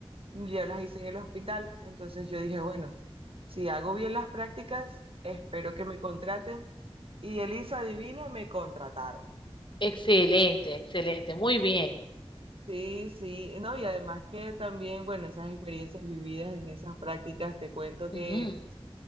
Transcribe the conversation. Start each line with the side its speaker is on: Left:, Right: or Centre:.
Right: ya las hice en el hospital, entonces yo dije, bueno, si hago bien las prácticas, espero que me contraten. Y Elisa Divina me contrataron.
Left: Excelente, excelente, muy bien.
Right: Sí, sí, no, y además que también, bueno, esas experiencias vividas en esas prácticas, te cuento que
Left: Ujú.